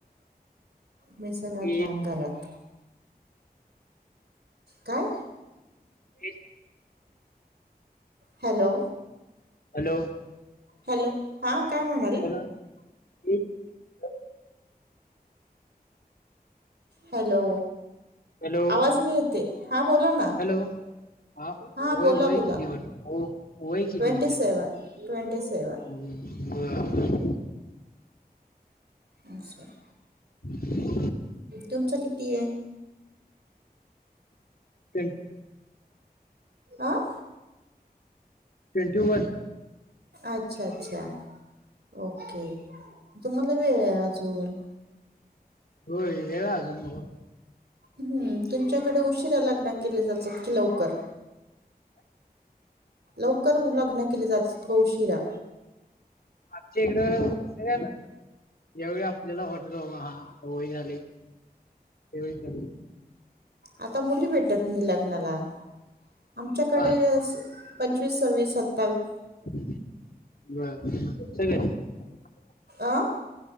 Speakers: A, on the right; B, on the left.
A: मी सगळ्यात
B: तरी
A: लहान घरात. काय?
B: ते.
A: हॅलो!
B: हॅलो!
A: हॅलो हा काय म्हणाल.
B: हॅलो <unintelligible>
A: हॅलो
B: हॅलो
A: आवाज नाही येते हा बोला ना.
B: हॅलो हा
A: हां
B: वय
A: बोला
B: होय
A: बोला
B: किती होय किती
A: ट्वेंटी
B: विचार
A: सेवन ट्वेंटी सेवन
B: ह्. बर.
A: असचछा. <unintelligible>
B: <inaudible>
A: तुमचं किती आहे.
B: ट्वेंटी.
A: आं.
B: Twenty one.
A: अच्छा अच्छा ओके तुम्हाला वेळ आहे अजून.
B: हो वेळ आहे अजून मला.
A: हम्म तुमच्याकडे उशिरा लग्न केली जातात कि लवकर. लवकर उ लग्न केले जातात का उशिरा.
B: आमच्या इकडे क यावेळी आपल्याला वाटत बाबा हा. वय झाली तेव ळी करू.
A: आता मुली भेटत नाही लग्नाला आमच्याकडे.
B: हा
A: पंचवीस सव्वीसत्
B: बर क...
A: आ!